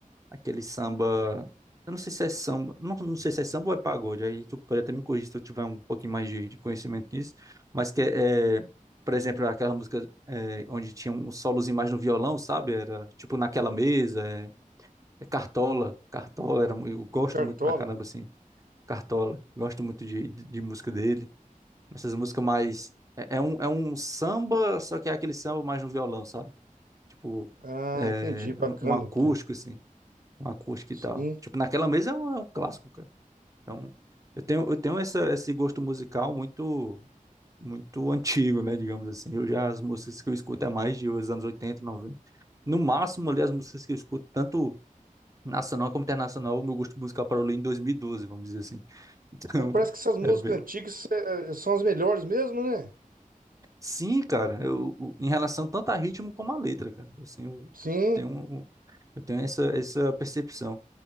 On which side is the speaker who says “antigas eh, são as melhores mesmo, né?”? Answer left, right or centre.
Right